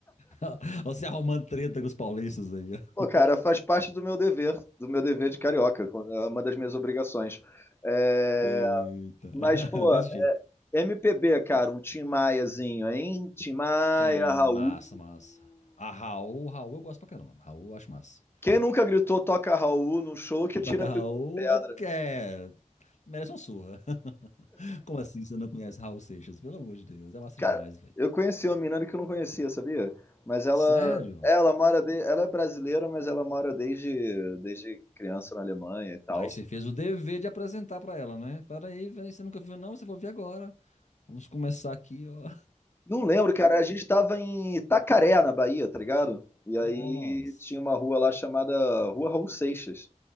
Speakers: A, on the left; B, on the left.
A: <laughs> Você arrumando treta com os paulistas aí, ó.
B: Pô, cara, faz parte do meu dever, do meu dever de carioca, é uma das minhas obrigações. É,
A: Eita.
B: Mas, pô,
A: <laughs> Desse jeito.
B: MPB, cara, um Tim Maiazinho, hein? Tim Maia,
A: Sim,
B: Raul.
A: massa, massa. A Raul, Raul eu gosto pra caramba. Raul eu acho massa.
B: Quem nunca gritou toca Raul num show que
A: Da
B: tira a
A: Raul
B: primeira pedra?
A: é, que é- merece uma surra. <laughs> Como assim você não conhece Raul Seixas? Pelo amor de Deus, é massa
B: Cara,
A: demais, velho.
B: eu conheci uma menina que eu não conhecia, sabia? Mas ela,
A: Sério?
B: ela mora de, ela é brasileira, mas ela mora desde, desde criança na Alemanha e tal.
A: Mas você fez o dever de apresentar pra ela, né? Fala aí, velho, você nunca viu, não? Você vai ver agora. Vamos começar aqui, ó.
B: Não lembro, cara. A gente tava em Itacaré, na Bahia, tá ligado? E aí
A: Nossa,
B: tinha uma rua lá chamada Rua Raul Seixas.